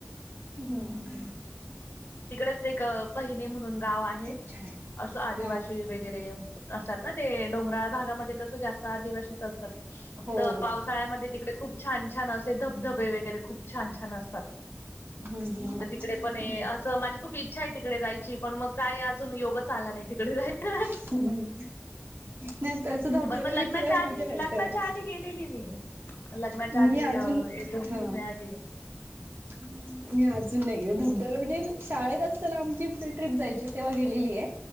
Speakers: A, on the right; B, on the left.
A: ह.
B: हम्म तिकडेच एक पहिने म्हणून गाव आहे,
A: खूप छान
B: असं आदिवासी
A: आहे हा
B: वगैरे असतात ना, ते डोंगराळ भागामध्ये कस जास्त आदिवासीच असतात.
A: हो
B: तर
A: हो
B: पा ळ्या मधे तिकडे खूप छान छान असे धबधबे वगैरे खूप छानछान आसतात,
A: हम्म
B: तर तिकडे पण असं माझी खूप इच्छा आहे तिकडे जायची, पण मग काय अजून योगच आला नाही तिकडे जायच <inaudible>
A: हम्म. नाही तसं धबधबे
B: बर, म लगनाच्या
A: वगैरे फिरायला
B: आधी,
A: मजा वाटत
B: लगनाच्या आधी गेलेली मी, लग्नाच्या
A: मी
B: आधी
A: अजून
B: एक दोन
A: हा
B: तीन वेळा गेलेली.
A: <inaudible> मी अजून नाही गे धबधब म्हणजे शाळेत असताना, आमची ट्रीप जायची तेव्हा गेलेली आहे.